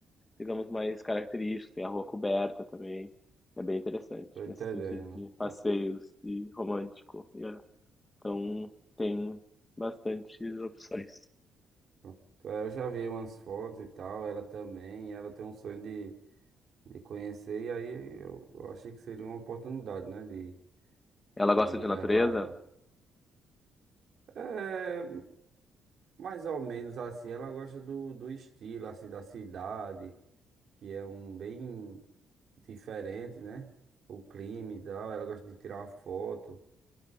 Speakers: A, on the left; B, on the right.
A: digamos, mais característicos. Tem a rua coberta também. É bem interessante,
B: Tô entendendo.
A: nesse sentido de
B: Pronto,
A: passeios e romântico. E é então tem bastantes opções.
B: pronto. É, eu já vi umas fotos e tal, ela também, e ela tem um sonho de, de conhecer, e aí eu, eu achei que seria uma oportunidade, né? De,
A: Ela gosta
B: de
A: de natureza?
B: levar ela. É, Mais ou menos assim, ela gosta do, do estilo assim da cidade, que é um bem diferente, né? O clima e tal, ela gosta de tirar uma foto.